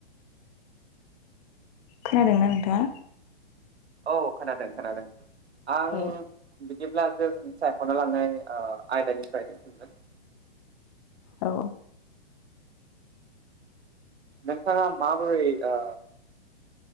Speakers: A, on the left; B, on the right.
A: खोनादोंना नोंथाङा?
B: औ खोनादों खोनादों । आं
A: औ
B: बिदिब्ला जों सायख'ना लांनाय ओ आयदानिफ्रायनो सोंगोन ।
A: औ
B: नोंथाङा माबोरै ओ